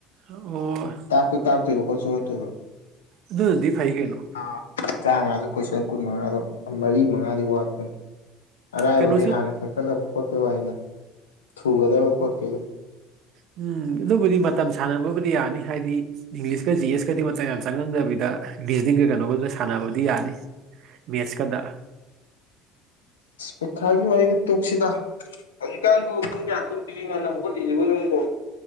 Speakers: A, on the right (about 55°); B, on the left (about 85°).
A: ꯑꯣ
B: ꯇꯥꯛꯁꯨ ꯇꯥꯛꯇꯣꯏꯕ ꯍꯣꯁꯨ ꯍꯣꯠꯇꯣꯏꯕ
A: ꯑꯗꯨꯅꯗꯤ ꯐꯩ ꯀꯩꯅꯣ
B: ꯑꯥ ꯃꯤ ꯇ꯭ꯔꯥꯉꯥꯗꯨ ꯀꯣꯏꯁꯟ ꯀꯨꯟ ꯃꯉꯥꯗꯣ ꯃꯔꯤ ꯃꯉꯥꯗꯤ ꯋꯥꯠꯄꯅꯤ ꯑꯔꯥꯏꯕꯒꯩ
A: ꯀꯩꯅꯣꯁꯨ
B: ꯍꯥꯟꯅ ꯈꯟꯀꯠꯂꯒ ꯍꯣꯠꯄꯩ ꯋꯥꯅꯤꯗ ꯊꯨꯒꯗꯕ ꯄꯣꯠꯀꯩꯗꯣ
A: ꯎꯝ ꯑꯗꯨꯕꯨꯗꯤ ꯃꯇꯝ ꯁꯥꯟꯅꯕꯕꯨꯗꯤ ꯌꯥꯅꯤ ꯍꯥꯏꯗꯤ ꯏꯪꯂꯤꯁꯀ ꯖꯤ ꯑꯦꯁꯀꯗꯤ ꯃꯇꯝ ꯌꯥꯝ ꯆꯪꯍꯟꯗꯕꯤꯗ ꯔꯤꯖꯅꯤꯡꯒ ꯀꯩꯅꯣꯒꯗ ꯁꯥꯟꯅꯕꯗꯤ ꯌꯥꯅꯤ ꯃꯦꯁꯀꯗ
B: ꯄꯩꯈꯥꯒꯤ ꯋꯥꯔꯤꯒ ꯇꯣꯛꯁꯤꯗ ꯍꯧꯖꯤꯛꯀꯥꯟꯕꯨ ꯄꯨꯡ ꯀꯌꯥ ꯇꯨꯃꯤ ꯅꯨꯡꯇꯤꯒꯤ ꯉꯟꯅ ꯍꯧꯒꯠꯂꯤꯖꯤꯕꯨ ꯅꯪꯕꯨ